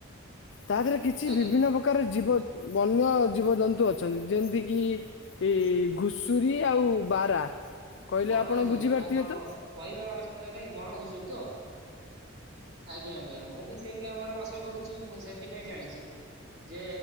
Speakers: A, on the left (about 60°); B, on the right (about 55°).
A: ତା ପରେ କିଛି
B: ଆଜ୍ଞା।
A: ବିଭିନ୍ନ ପ୍ରକ ପ୍ରକାର ଜୀବ ବନ୍ୟ ଜୀବଜନ୍ତୁ ଅଛନ୍ତି। ଯେମିତିକି ଏ ଘୁଷୁରୀ ଆଉ ବାରା କହିଲେ
B: ବଣ
A: ଆପଣ
B: ଘୁଷୁରି,
A: ବୁଝିପାରିଥିବେ
B: ଆ କଣ
A: ତ
B: କହିବା ଅସନରେ ବଣ ଘୁଷ ତ, ଆଜ୍ଞା ଆଜ୍ଞା ମୁଁ ବି ସେଇ ଗ୍ରାମରେ ବାସ କରୁଛି। ମୁଁ ସେଥିପାଇଁ ଜାଣିଛି। ଯେ